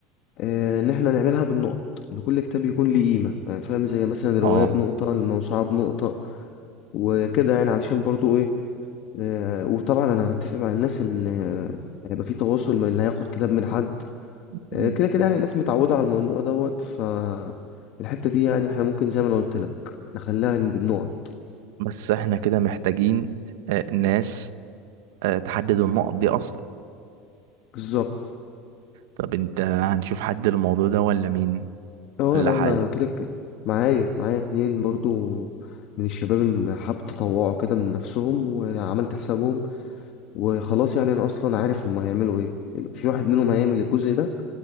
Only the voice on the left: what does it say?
آه، ان احنا نعملها بالنقط ان كل كتاب يكون ليه قيمه يعني فاهم زي مثلا الروايه
بنقطه الموسوعه بنقطه وكده يعني علشان برضو ايه آه، وطبعا انا هتفق مع الناس ان آه، هيبقى في تواصل من اللي هياخد كتاب من حد
آه، كده كده يعني الناس متعوده على الموضوع دوت ف الحته دي يعني احنا ممكن زي ما انا قلت لك نخليها بالنقط
بالظبط
اه
لا
ما كده كده معايا معايا اتنين برضو من الشباب اللي حابب تطوعوا كده من نفسهم وعملت حسابهم وخلاص يعني انا اصلا عارف هما هيعملوا ايه في واحد منهم هيعمل الجزء ده